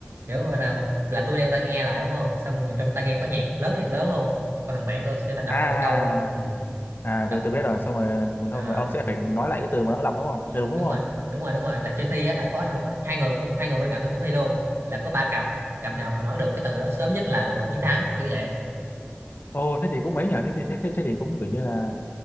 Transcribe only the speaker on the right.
kiểu gọi là một là tôi đeo tai nghe lại đúng không xong rồi trong tai nghe có nhạc lớn thiệt lớn luôn còn thằng bạn tôi sẽ là đọc
một cái câu ờ, ừ,
đọc
à,
đúng
rồi đúng rồi đúng rồi là chơi thi á là có hai một hai người hai người bên cạnh tôi cũng thi luôn là có ba cặp cặp
nào mà nói được cái từ đó sớm nhất là người chiến thắng kiểu vậy